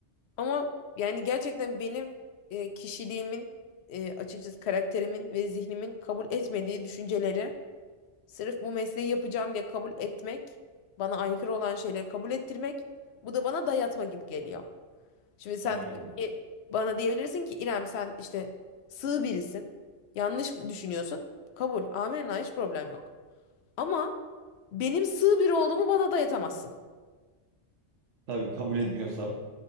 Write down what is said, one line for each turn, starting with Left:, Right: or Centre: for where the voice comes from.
Left: Ama yani gerçekten benim e, kişiliğimin e, açıkçası karakterimin ve zihnimin kabul etmediği düşünceleri sırf bu mesleği yapacağım diye kabul etmek, bana aykırı olan şeyleri kabul ettirmek, bu da bana dayatma gibi geliyor. Şimdi sen
Right: Aynen.
Left: tabii ki bana diyebilirsin ki İrem sen işte sığ birisin. Yanlış düşünüyorsun. Kabul. Amenna hiç problem yok. Ama benim sığ biri olduğumu bana dayatamazsın.
Right: Tabii kabul etmiyorsam.